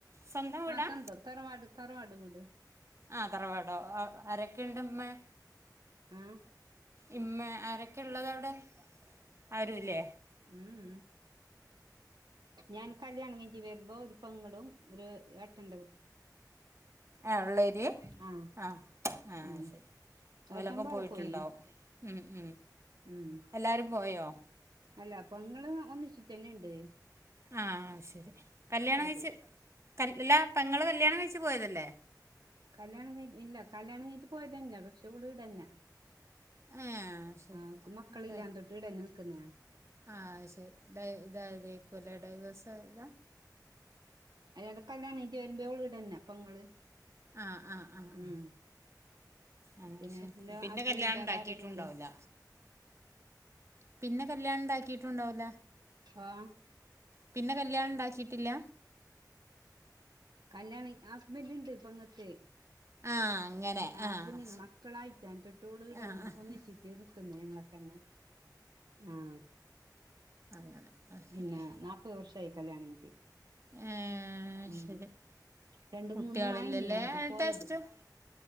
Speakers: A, on the right (about 40°); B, on the right (about 75°).
A: സ്വന്തം വീടാ
B: ആ സ്വന്തം തറവാട് തറവാടു വീട്
A: ആ തറവാടോ ആരൊക്കെ ണ്ട്മ്മേ?
B: ആഹ്
A: ഇമ്മെ ആരൊക്കെ ഇള്ളത് അവിടെ? ആരുല്ലേ?
B: ഉം ഉം ഞാൻ കല്യാണം കഴിഞ്ഞിട്ട് വരുമ്പോ ഒരു പെങ്ങളും ഒരു ഏട്ടന്റെ കുട്ടിം
A: ഏഹ് ഉള്ളേരി
B: ആ
A: ആഹ് ആഹ്
B: ഉം
A: ശരി ഓലൊക്കെ
B: ഏട്ടൻ വേറെ
A: പോയിട്ടുണ്ടാവും
B: പോയി
A: ഉം ഉം
B: ഉം
A: എല്ലാരും പോയോ?
B: അല്ല പെങ്ങള് ഒന്നിച്ചിട്ടെന്നെണ്ട്
A: ആ ശരി കല്ല്യാണം കഴിച്ച്
B: പോയി
A: അല്ലാ പെങ്ങള് കല്ല്യാണം കഴിച്ച് പോയതല്ലേ?
B: കല്യാണം കഴി ഇല്ല കല്യാണം കഴിഞ്ഞിട്ട് പോയതെന്നെ പക്ഷെ ഓളീവ്ടെന്നെ
A: ഏഹ് ശരി
B: ആ ഓക്ക് മക്കളില്ലാ
A: ഡൈ
B: അന്തൊട്ട് ഇടെന്നെ നിക്ക്ന്നേ
A: ആഹ് ശരി ഡ ഇതായതേക്കുലേ ഡൈവേഴ്സായതാ
B: അയ്നെൻ്റെ കല്യാണേറ്റ് വരുമ്പേ ഓളീടെന്നെ പെങ്ങള്
A: ആഹ് ആഹ് ആഹ്
B: ഉം
A: ആഹ് ആഹ്
B: പിന്നെ
A: ശരി
B: എന്റെ
A: പിന്നെ
B: ഹസ്ബൻഡിന്റെ
A: കല്യാണം ഉണ്ടാക്കിട്ടും
B: ആടെ ആരെല്ലാം ഉണ്ട്
A: ഇണ്ടാവൂല പിന്നെ കല്യാണം ഇണ്ടാക്കിയിട്ടുണ്ടാവൂല
B: ആഹ്
A: പിന്നെ കല്യാണം ഇണ്ടാക്കിട്ടില്ല
B: കല്യാണേ ഹസ്ബൻ്റ് ഇണ്ട് പെങ്ങക്ക്
A: ആഹ് അങ്ങനെ
B: ആ
A: ആഹ്
B: ഹസ്ബൻ്റ്ണ്ട് മക്കളായിട്ടാണ് തൊട്ടോടുകൂടെ തന്നെ
A: ആഹ് ആഹ്
B: ഒന്നിച്ചിട്ട് നിക്ക്ന്നെ ഞങ്ങള് തന്നെ ആഹ്
A: അങ്ങനെ അത്
B: പിന്നെ
A: ശരി
B: നാപ്പത് വർഷായി കല്യാണം കഴിഞ്ഞിട്ട്
A: ഏഹ്
B: ഉം
A: ശരി
B: രണ്ട്
A: കുട്ടികളില്ലല്ലേ
B: മൂന്ന് ആയിനെ ആയിട്ട് പോയത്
A: ടെസ്റ്റും